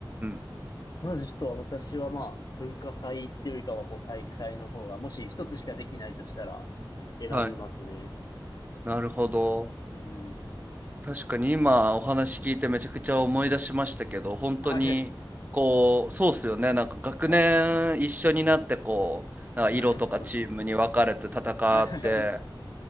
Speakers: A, on the right; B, on the left.
A: ん
B: まずちょっと私はまあ、文化祭っていうよりかは、こう、体育祭の方が、もし一つしかできないとしたら、選びますね。
A: うんはいなるほど
B: うん。
A: 確かに今お話聞いてめちゃくちゃ思い出しましたけど本当にこうそうっすよねなんか学年一緒になってこうなんか色とかチームに分かれて戦って
B: はいはい。はい。あ、そうそうです。はいはいはい。